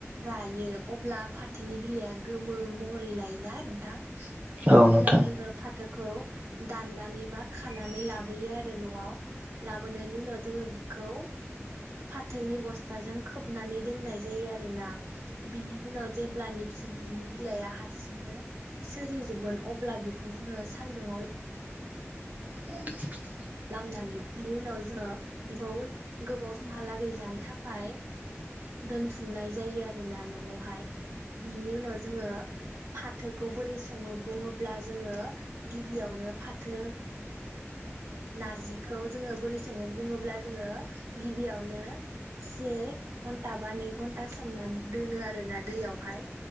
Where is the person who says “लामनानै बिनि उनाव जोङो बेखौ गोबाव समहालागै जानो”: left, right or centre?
Right